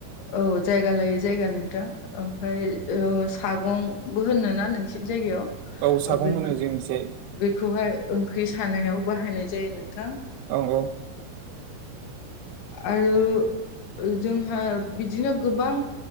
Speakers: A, on the left (about 70°); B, on the right (about 80°).
A: औ जायगा लायो जायगा नोंथां। ओमफ्राय सागंबो होनो ना नोंसिनि जायगायाव।
B: औ सागं
A: बे
B: होनो जोंनिथिं
A: बेखौहाय ओंख्रि सानायाव बाहायनाय जायो नोंथां।
B: औ औ
A: आरो जोंहा बिदिनो गोबां